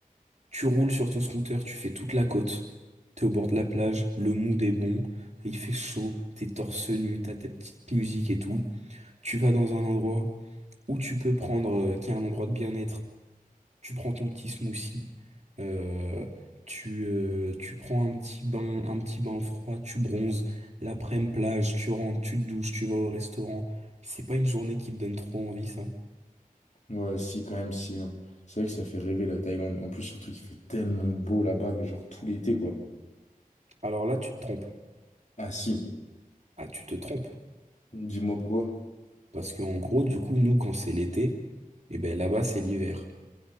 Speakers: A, on the right (about 50°); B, on the left (about 55°).
A: Tu roules sur ton scooter, tu fais toute la côte. T'es au bord de la plage, le mood est bon, il fait chaud, t'es torse nu, t'as tes petites musiques et tout. Tu vas dans un endroit où tu peux prendre, euh, qui est un endroit de bien-être tu prends ton petit smoothie, euh, tu, euh, tu prends un petit bain, un petit bain froid, tu bronzes, l'après-midi plage, tu rentres, tu te douches, tu vas au restaurant. C'est pas une journée qui te donne trop envie, ça.
B: Ouais, si, quand même, si. hein. C'est vrai que ça fait rêver la Thaïlande. En plus, surtout, il fait tellement beau là-bas, mais genre tout l'été, quoi.
A: Alors là, tu te trompes.
B: Ah, si.
A: Ah, tu te trompes.
B: Dis-moi pourquoi.
A: Parce qu'en gros, du coup, nous, quand c'est l'été, eh ben là-bas, c'est l'hiver.